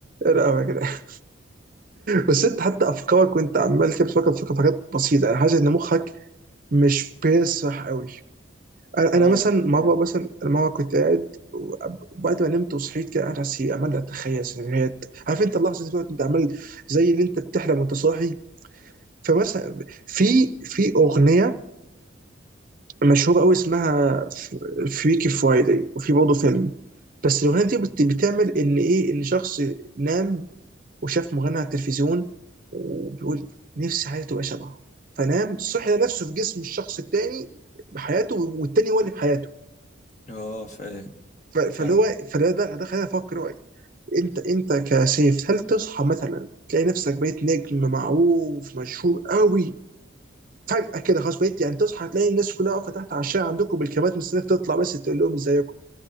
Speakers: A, on the right; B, on the left.
A: لا بس انت حتى افكارك وانت عمال كده بتفكر بتفكر في حاجات بسيطه يعني حاسس ان مخك مش بيسرح قوي انا أنا
B: اه
A: مثلا مره
B: يعني
A: مثلا أنا مره كنت قاعد وأب- وبعد ما نمت وصحيت كده قاعد على السرير عمال اتخيل سيناريوهات عارف انت اللحظه دي بقى انت عمال زي اللي انت بتحلم وانت صاحي فمثلا في في اغنيه مشهوره قوي اسمها فريكي فرايداي وفي برضه فيلم بس الاغنيه
B: يعني-
A: دي بت- بتعمل ان ايه ان شخص نام وشاف مغني على التلفزيون وبيقول نفسي حياتي تبقى شبهه فنام صحي لقى نفسه في جسم الشخص التاني بحياته والتاني هو اللي بحياته
B: اه فاهم
A: ف- فاللي
B: فاهم
A: هو فده ده, ده خلاني افكر هو انت انت كسيف هل تصحى مثلا تلاقي نفسك بقيت نجم معروف مشهور قوي فجأة كده خلاص بقيت يعني تصحى تلاقي الناس كلها واقفة تحت على الشارع عندكم بالكاميرات مستنيك تطلع بس تقول لهم ازيكم